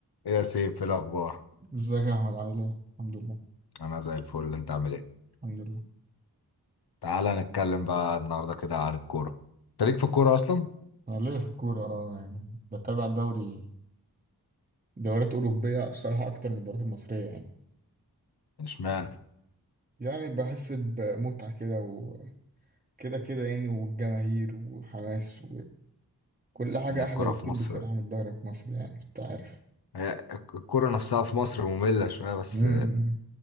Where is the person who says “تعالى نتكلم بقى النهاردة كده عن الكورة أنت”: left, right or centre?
Left